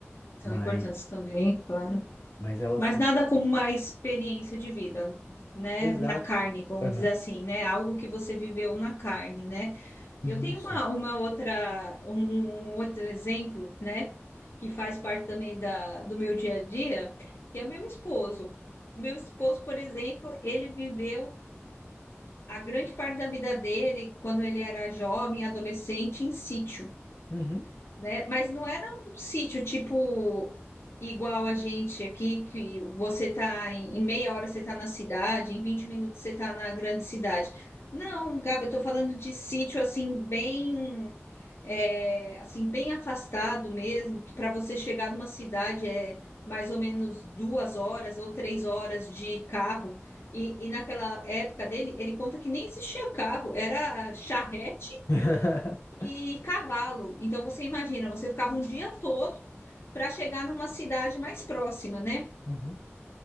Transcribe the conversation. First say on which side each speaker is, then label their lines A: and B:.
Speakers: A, on the left (about 60°); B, on the left (about 80°).
A: São
B: mas,
A: importantes também, claro.
B: mas elas
A: Mas
B: são.
A: nada como uma experiência de vida, né?
B: Exato.
A: Na carne, vamos
B: Aham.
A: dizer assim, né? Algo que você viveu na carne, né?
B: Isso.
A: Eu tenho uma, uma outra, um, um outro exemplo, né, que faz parte também da, do meu dia a dia, que é meu esposo. Meu esposo, por exemplo, ele viveu a grande parte da vida dele, quando ele era jovem, adolescente, em sítio,
B: Uhum.
A: né? Mas não era um sítio tipo igual a gente aqui, que você tá em, em meia hora você está na cidade, em 20 minutos você está na grande cidade. Não, Gabi, eu tô falando de sítio assim, bem é, assim, bem afastado mesmo, que para você chegar numa cidade é mais ou menos duas horas ou três horas de carro. E, e naquela época dele, ele conta que nem existia carro, era charrete
B: <laughs>
A: e cavalo. Então você imagina, você ficava um dia todo para chegar numa cidade mais próxima, né?
B: Uhum.